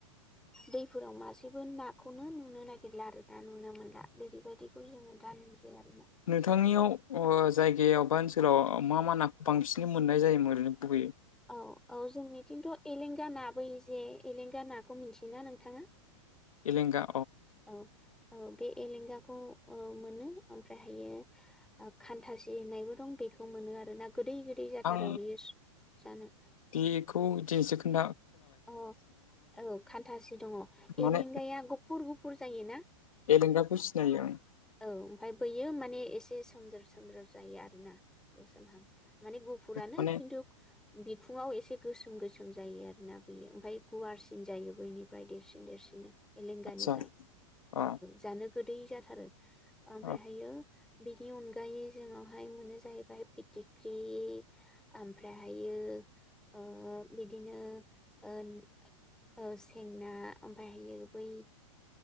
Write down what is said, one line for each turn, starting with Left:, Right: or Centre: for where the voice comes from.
Centre: दैफोराव मासेबो नाखौनो नुनो नागिरला आरो ना नुनो मोनला बिदि बायदि। बे जोङो दानजे आरोना
Left: नोंथांनियाव जायगायाव बा ओनसोलाव मा मा नाखौ
Centre: औ
Left: बांसिन मोननाय जायोमोन? गयो।
Centre: औ औ जोंनिथिंथ' एलेंगा न बोै जे एलेंगा नाखौ मिन्थियोना नोंथाङा?
Left: एलगा
Centre: औ औ बे एलेंगाखौ मोनो ओमफ्राय हायो खान्थासि होननायबो दं बेखौ मोनो आरोना गोदै गोदै जाथारो
Left: आं
Centre: बियो जानो।
Left: बेखौ जे जखोना
Centre: अ औ खान्थासे दङ
Left: माने
Centre: एलेंगाया गुफुर गुफुर जायो ना?
Left: एलेंगाखौ सिनायो आं।
Centre: औ ओमफ्राय बैयो माने एसे सोमजोर सोमजोर जायो आरोना गोसोमहां माने गुब गुफुरानो
Left: माने
Centre: खिन्थु बिखुङाव एसे गोसोम गोसोम जायो आर ना। यो ओमफफ्राय गुवारसिन जायो बैनिफ्राय देरसिन देरसिननो। एलेंगानिफ्राय
Left: आदसा अ
Centre: जानो गोदै जाथारो ओमफ्रायहायो
Left: अ
Centre: बिनि अनगायै जोंनावहाय मोनो जाहैबाय फिथिख्रि ओमफ्रायहायो ओ बिदिनो ओ ओ सेंना ओमफ्रायहायो बै